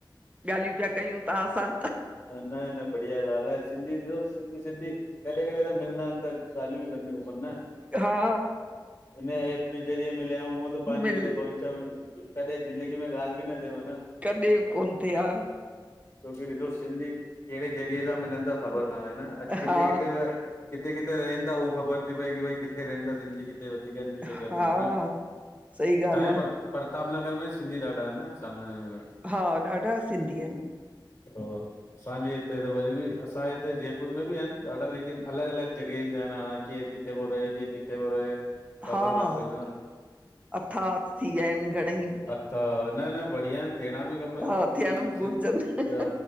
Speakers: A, on the right; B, on the left.
A: ॻालियूं पया कयूं तांसां।
B: न-न बढिया ॻाल आ सिंधी-सिंधी-सिंधी। कॾे-कॾे त मिलंदा आयन त ॻालियूं ॿि करणी खपन न।
A: हा
B: हिन एप ॼे ज़रिए मिलियाऊ हूअं त पांजी
A: मिल
B: क भविष्य में कॾे ज़िंदगी में ॻाल ॿि न थेव आ न।
A: कॾे कोन थे आ।
B: छोकी ॾिसो सिंधी कहड़े ज़रिये सां मिलन था ख़बर कानहे न अॼु किथे
A: हा
B: किथे त किथे किथे रहन ता हू खबर ती पए कि भई किथे रहनदांसी जी कि किथे वधीक आहिंन किथे
A: हा
B: घटि आहिन न
A: सही
B: तहांए
A: ॻाल्हि आ
B: पर प्रताप नगर में सिन्धी ॾाढ़ा आहिंन न
A: हा ॾाढ़ा सिन्धी आहिंन
B: हा असांजे इते त वरी बी असांजे इते जे पुर में बि आहिन ॾाढ़ा लेकिन अलग अलग जॻहयंन जा नाला आहिंन केरु किथे थो रहे केरु किथे थो रहे ख़बर
A: हा
B: कान पई तव न
A: अथाह थी विया आहिनि घणेई
B: अच्छा न न बढ़िया आहिंन थेयणा बि खपन
A: हा
B: सिन्ध
A: थियण बि घुरिजनि
B: सिंधु जा